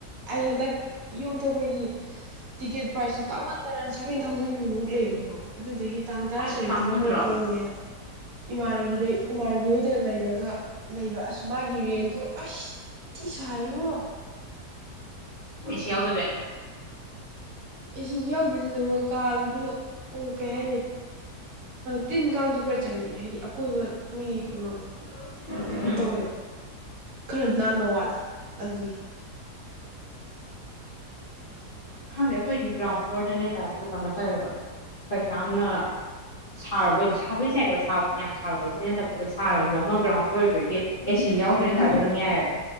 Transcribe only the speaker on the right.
ꯑꯗ ꯌꯨꯝ ꯑꯇꯣꯞꯄꯒꯤ ꯇꯤꯛꯀꯦꯠ ꯄ꯭ꯔꯥꯏꯖꯇꯨ ꯇꯥꯛꯃꯟꯗꯅ ꯁꯚꯦꯟ ꯊꯥꯎꯖꯟꯃꯨꯛ ꯂꯩꯌꯦꯕ ꯑꯗꯨꯗꯒꯤ ꯇꯥꯡ ꯇꯔꯥꯇꯔꯦꯠꯇꯨꯅ
ꯈꯔ ꯍꯣꯡꯉꯦꯅ ꯏꯃꯥꯟꯅꯕꯤꯗꯩ ꯏꯃꯥꯟꯅꯕꯤꯗ ꯂꯩꯔꯒ ꯂꯩꯕ ꯑꯁ ꯃꯥꯒꯤ ꯔꯦꯟꯠꯇꯣ ꯑꯁꯊꯤ ꯁꯥꯏꯡꯉꯣ
ꯁꯨ ꯌꯥꯎꯗꯦꯗꯨꯗ ꯀꯥꯗꯨꯁꯨ ꯎ ꯀꯩ ꯍꯥꯏꯅꯤ ꯇꯤꯟ ꯀꯥꯡꯁꯨ ꯈꯔ ꯆꯪꯉꯦ ꯍꯥꯏꯗꯤ ꯑꯀꯣꯏꯕ ꯃꯤꯒꯤ ꯀꯩꯅꯣꯗꯣ
ꯀꯩꯅꯣ ꯇꯧꯋꯦꯕ ꯈꯔ ꯅꯥꯟꯕ ꯋꯥꯠꯂꯦ ꯑꯜꯕꯤꯏ